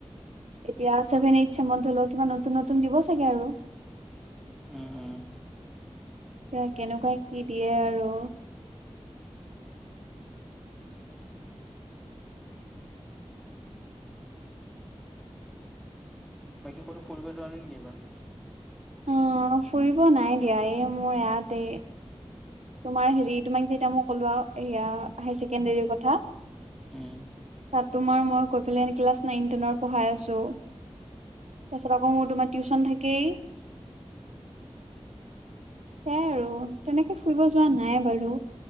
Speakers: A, on the right; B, in the centre.
A: এতিয়া ছেভেন এইট, চেমত হলেও কিবা নতুন নতুন দিব চাগে আৰু
B: উম, উম,
A: এতিয়া কেনেকুৱা কি দিয়ে আৰু,
B: বাকী ক'তো ফুৰিব যোৱা নাই নেকি এবাৰ?
A: অ, ফুৰিব নাই দিয়া এই মোৰ ইয়তে এই তোমাৰ হেৰি তোমাক যেতিয়া মই কলোয়া হাই ছেকেণ্ডৰীৰ কথা,
B: উম,
A: তাত তোমাৰ মই গৈ পেলাই ক্লাছ নাইন টেনৰ পঢ়াই আছোঁ। তাৰপিছত আকৌ মোৰ তোমাৰ টিউচন থাকেই। সেইয়াই আৰু, তেনেকে ফুৰিব যোৱা নাই বাৰু।